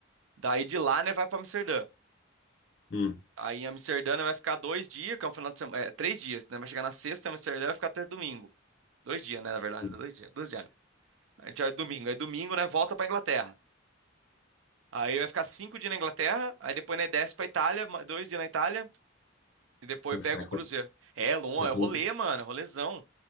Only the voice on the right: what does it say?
Daí de lá, né, vai pra Amsterdã.
Aí em Amsterdã né, vai ficar dois dias, que é um final de semana, é, três dias, né? Vai chegar na sexta em Amsterdã e vai ficar até domingo. Dois dias, né, na verdade,
dois dias, dois dias. A gente vai domingo, aí domingo, né, volta pra Inglaterra. Aí vai ficar cinco dias na Inglaterra, aí depois, né, desce pra Itália, ma- dois dias na Itália, e depois
pega
o
cruzeiro. É, longo,
é
rolê, mano, rolezão.